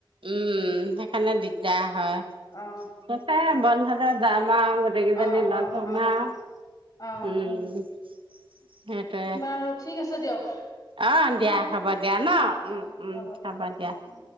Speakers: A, on the right; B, on the left.
A: উম সেইকাৰণে দিগদাৰ হয়
B: অ
A: ত বনভোজত যামা আৰু গোটেইকেইজনী
B: অ
A: লগ
B: অ
A: হম
B: অ
A: আৰু। উম
B: অ
A: সেইটোৱে
B: বাৰু ঠিক আছে দিয়ক।
A: অ দিয়া
B: ন
A: হ'ব দিয়া ন
B: অ
A: উ
B: অ
A: উম
B: দিয়ক
A: হ'ব দিয়া।
B: উম